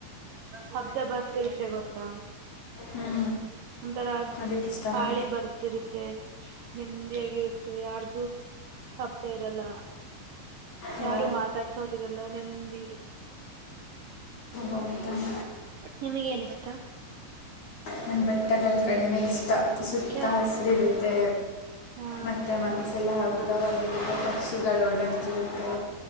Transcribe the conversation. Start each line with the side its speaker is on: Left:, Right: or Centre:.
Right: ಹಬ್ದ ಬರ್ತೈತಿ ಗೊತ್ತಾ.
Left: ಹ್ಞೂ
Right: ಒಂಥರ
Left: ಅದಕ್ಕೆ ಇಷ್ಟನಾ
Right: ಗಾಳಿ ಬರ್ತಿರುತ್ತೆ ನೆಮ್ಮದಿಯಾಗಿರುತ್ತೆ ಯಾರ್ದು ಶಬ್ದ ಇರಲ್ಲ
Left: ಓ
Right: ಯಾರು ಮಾತಾಡ್ಸೋರಿರಲ್ಲ. ಎಲ್ಲ ನೆಮ್ಮದಿ ಇರುತ್ತೆ.
Left: ಹೌದಾ
Right: ನಿಮಗೇ ಏನಿಷ್ಟ
Left: ನನ್ನ ಬೆಟ್ಟಗಳ ಕಣಿವೆ ಇಷ್ಟ. ಸುತ್ತ
Right: ಯಾಕೆ
Left: ಹಸಿರಿರುತ್ತೆ
Right: ಹಾ
Left: ಮತ್ತು ಮನಸೆಲ್ಲ ಉಗವಾಗಿರುತ್ತೆ ಪಕ್ಷಿಗಳು ಓಡಾಡ್ತಿರುತ್ತೆ.